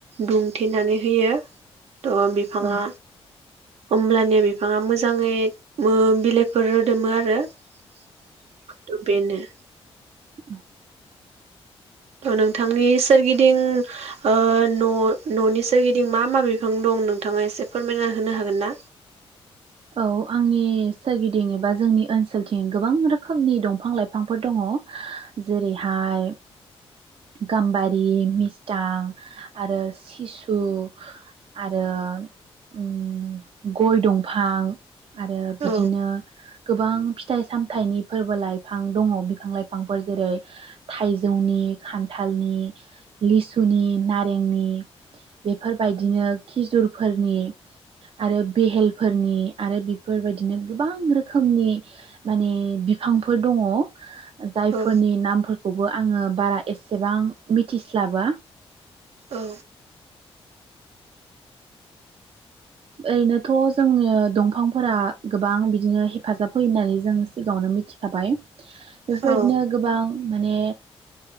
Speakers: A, on the right (about 80°); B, on the right (about 60°).
A: दुंथेनानै होयो। थ' बिफाङा।
B: औ
A: ओमब्लानि बिफाङा मोजाङै ओम बिलाइफोर रोदोमो आरो। थ' बेनो।
B: औ
A: थ नोंथांनि सोरगिदिं ओ न'-न'नि सोरगिदिं मा मा बिफां दं नोंथाङा एसे फोरमायना होनो हागोन ना?
B: औ आंनि सोरगिदिं एबा जोंनि ओनसोलथिं गोबां रोखोमनि दंफां लाइफांफोर दङ जेरैहाय गाम्बारि मिस्थां आरो सिसु आरो ओम गय दंफां फां आरो बिदिनो
A: औ
B: गोबां फिथाइ सामथाइनि फोरबो लाइफां दङ बिफां लाइफांफोर जेरै थाइजौनि खान्थालनि लिसुनि नारेंनि बेफोरबायदिनो खिजुरफोरनि आरो बेहेल। फोरनि आरो बेफोरबायदिनो गोबां रोखोमनि माने बिफांफोर दङ। जायफोरनि
A: औ
B: नामफोरखौ। खौबो आङो बारा एसेबां मिथिस्लाबा।
A: औ।
B: ओरैनोथ' जोंङो दंफांफोरा गोबां बिदिनो हेफाजाब होयो होननानै जों सिगाङावनो मिथिखाबाय बेफोरबायदिनो
A: औ
B: गोबां माने